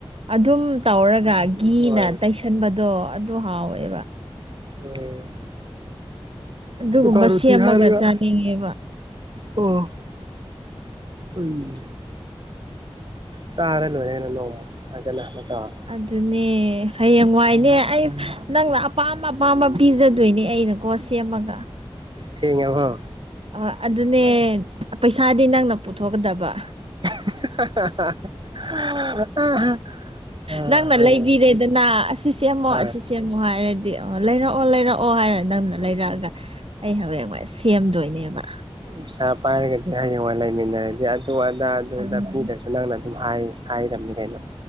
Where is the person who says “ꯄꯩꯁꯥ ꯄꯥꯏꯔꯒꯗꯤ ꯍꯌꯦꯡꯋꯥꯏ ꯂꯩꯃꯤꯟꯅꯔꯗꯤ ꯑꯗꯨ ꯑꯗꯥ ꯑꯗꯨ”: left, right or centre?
Right